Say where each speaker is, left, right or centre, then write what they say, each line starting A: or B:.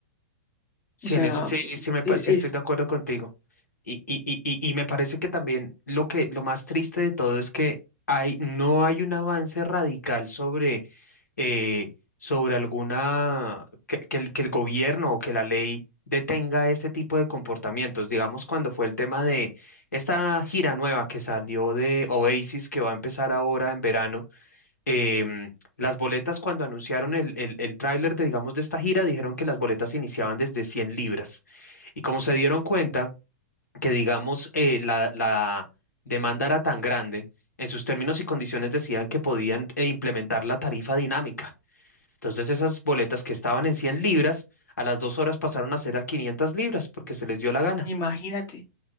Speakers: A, on the left (about 85°); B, on the left (about 35°).
A: Sí,
B: O sea,
A: en eso sí, sí, me, pa-
B: e-
A: sí
B: es,
A: estoy de acuerdo contigo. Y, y, y, y y me parece que también lo que, lo más triste de todo es que hay, no hay un avance radical sobre, eh, sobre alguna, que, que el, que el gobierno o que la ley detenga este tipo de comportamientos. Digamos, cuando fue el tema de esta gira nueva que salió de Oasis, que va a empezar ahora en verano em, las boletas cuando anunciaron el, el, el tráiler de, digamos, de esta gira, dijeron que las boletas iniciaban desde 100 libras. Y como se dieron cuenta que, digamos, eh, la, la demanda era tan grande, en sus términos y condiciones decían que podían eh, implementar la tarifa dinámica. Entonces esas boletas que estaban en 100 libras, a las dos horas pasaron a ser a 500 libras porque se les dio la gana.
B: imagínate,